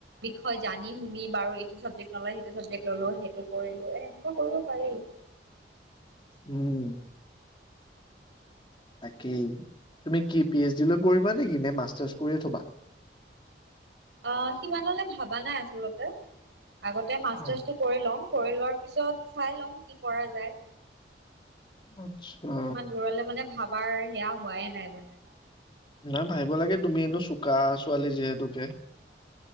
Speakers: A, on the right (about 80°); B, on the left (about 25°).
A: বিষয় জানি শুনি বাৰু এইটো চাবজেক্ট নলয়, সেইটো চাবজেক্ট ললো। সেইটো কৰিলো এ, এনেকুৱা কৰিব পাৰি।
B: উম, তাকেই তুমি কি পি এচ ডি লৈ পঢ়িবা নেকি? নে মাষ্টাৰ্চ কৰিয়ে থবা?
A: অ, সিমানলে ভাবা নাই আচলতে। আগতে মাষ্টাৰছটো
B: অ
A: কৰি লওঁ। কৰি লোৱাৰ পিছত চাই লওঁ, কি কৰা যায়।
B: আচ্ছা।
A: ইমান দূৰলে মানে ভাবাৰ সেয়া হোৱাই নাই মানে।
B: নাই ভাবিব লাগে। তুমি এনো চোকা ছোৱালী যিহেতুকে।